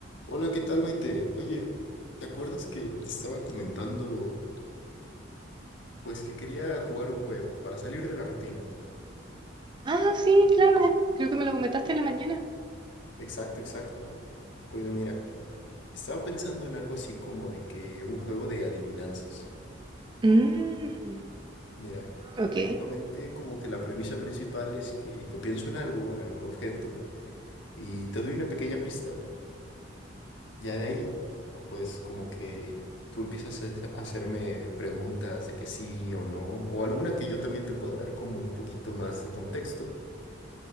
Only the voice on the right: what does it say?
Ah, sí, claro. Creo que me lo comentaste en la mañana.
Mm,
ok.